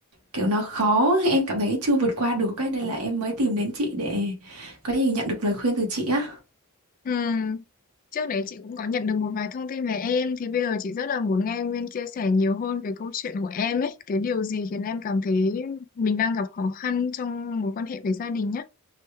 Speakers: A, on the right; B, on the left.
A: kiểu nó khó <laughs> em cảm thấy chưa vượt qua được cái nên là em mới tìm đến chị để có gì nhận được lời khuyên từ chị á
B: ừ. Trước đấy chị cũng có nhận được một vài thông tin về em thì bây giờ chị rất là muốn nghe Nguyên chia sẻ nhiều hơn về câu chuyện của em ấy, cái điều gì khiến em cảm thấy mình đang gặp khó khăn trong mối quan hệ với gia đình nhá.